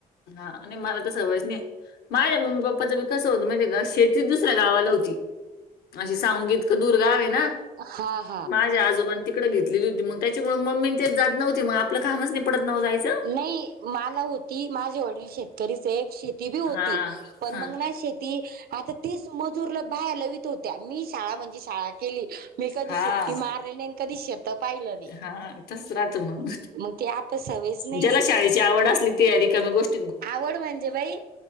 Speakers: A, on the left; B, on the right.
A: हा आणि मला तर सवज नाही माझ्या मम्मी पप्पाच विकस होत म्हणजे का शेती दुस्या गावाला होती अशी सांगूनगीतकं दुर्गावे आहे ना
B: हा हा
A: माझ्या आजोबां त इिकडे घेतलेली होती मग त्याच्यामुळे मम्मी तेच जात नव्हती मग आपलं कामच नाही पडत नव जायचं
B: नाही मला होती माझे ऑडि शेत तरीच एक शेती बी होती
A: हा
B: पण
A: हा
B: मग ना शेती आता तेच मजूरला बाहेर लवित होत्या मी शाळा म्हणजे शाळा केली मी कधी
A: हा
B: सुट ती मारलेले कधी शेत पाहिलं नाही
A: हा तस राहत मग
B: मग ते आता सवयच नाही
A: ज्याला शाळेची आवड असली तीयारी कमी गोष्ट
B: आवड म्हणजे बाई